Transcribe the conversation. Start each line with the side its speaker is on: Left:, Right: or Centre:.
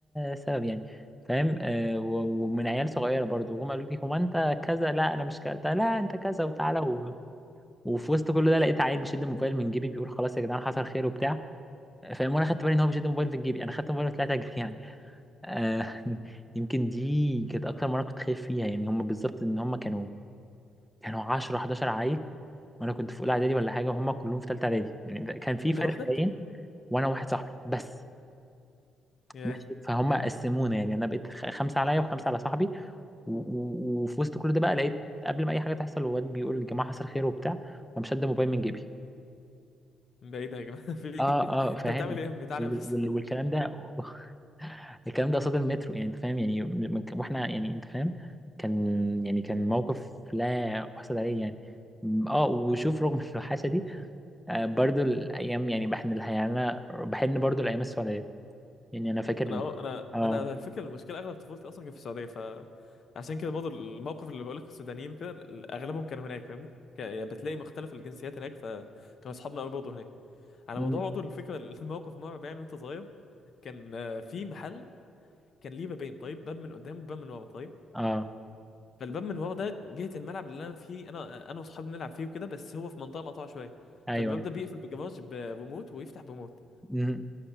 Centre: سبب يعني فاهم آه، و- ومن عيال صغيره برضو وهم قالوا لي هو انت كذا لا انا مش كذا لا انت كذا وتعالى و... وفي وسط كل ده لقيت عيل بيشد الموبايل من جيبي بيقول خلاص يا جدعان حصل خير وبتاع فاهم وانا خدت بالي ان هو بيشد الموبايل في جيبي انا خدت الموبايل وطلعت اجري يعني آه <laughs> يمكن دي كانت اكتر مره كنت خايف فيها يعني هم بالظبط ان هم كانوا كانوا 10 11 عيل وانا كنت في اولى اعدادي ولا حاجه وهم كلهم في ثالثه اعدادي يعني ده كان في
Left: وانت
Centre: فرق
Left: لوحدك
Centre: باين وانا واحد صاحبي بس
Left: ياه
Centre: ماشي فهم قسمونا يعني انا بقيت خ- خمسه عليا وخمسه على صاحبي و- و- وفي وسط كل ده بقى لقيت قبل ما اي حاجه تحصل الواد بيقول يا جماعه حصل خير وبتاع وقام شد موبايل من جيبي
Left: من بعيد يا جماعه <laughs> في ايه
Centre: اه اه
Left: انت
Centre: فاهم
Left: بتعمل ايه يا ابني تعالى
Centre: وال-
Left: بس
Centre: وال-
Left: <laughs>
Centre: والكلام ده <laughs> الكلام ده قصاد المترو يعني انت فاهم يعني من- واحنا يعني انت فاهم كان يعني كان موقف لا احسد عليه يعني اه وشوف رغم <laughs> الوحشه دي آه، برضو الايام يعني بحن لها يعني انا بحن برضو الايام السعوديه يعني انا فاكر
Left: انا اه انا
Centre: اه
Left: انا على الفكره المشكله اغلب طفولتي اصلا كانت في السعوديه ف عشان كده برضه الموقف اللي بقولك السودانيين كده اغلبهم كانوا هناك فاهمني ك- يعني بتلاقي مختلف الجنسيات هناك فكانوا اصحابنا قوي برضه هناك على
Centre: مم،
Left: موضوع برضه الفكره <laughs> الموقف مرعب يعني وانت صغير كان آه، في محل كان ليه بابين طيب باب من قدام وباب من ورا طيب
Centre: اه
Left: فالباب من ورا ده جهه الملعب اللي انا فيه انا انا واصحابي بنلعب فيه وكده بس هو في منطقه مقطوعه شويه
Centre: ايوه
Left: فالباب
Centre: ايوه
Left: ده بيقفل بجراج بريموت ويفتح بموت
Centre: مم،